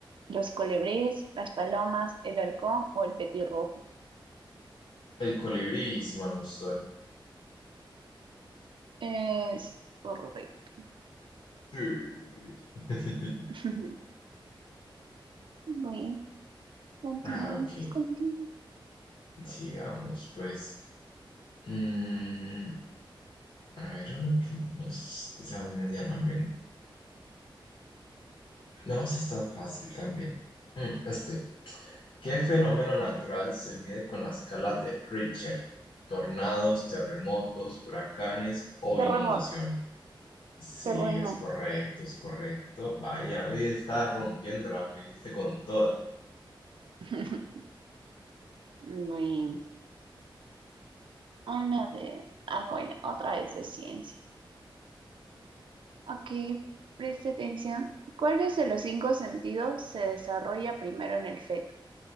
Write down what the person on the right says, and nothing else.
¿Los colibríes, las palomas, el halcón o el petirrojo?
Es correcto.
<laughs> Muy bien, continuemos,
continuemos.
Terremotos,
terremotos.
<laughs> Bueno. Habla de... Ah, bueno, otra vez de ciencia. Ok, preste atención. ¿Cuáles de los cinco sentidos se desarrolla primero en el feto?